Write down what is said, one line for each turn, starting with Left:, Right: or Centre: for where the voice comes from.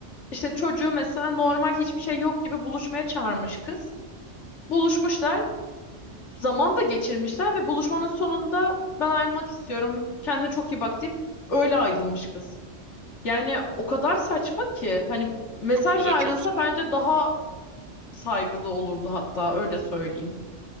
Left: işte çocuğu mesela normal hiçbir şey yok gibi buluşmaya çağırmış kız. Buluşmuşlar. zaman da geçirmişler ve buluşmanın sonunda ben ayrılmak istiyorum. Kendine çok iyi bak deyip öyle ayrılmış kız. Yani o kadar saçma ki hani mesajla
Right: Yok bu da
Left: ayrılsa
Right: çok Yok. saçma.
Left: bence daha saygılı olurdu hatta öyle söyleyeyim.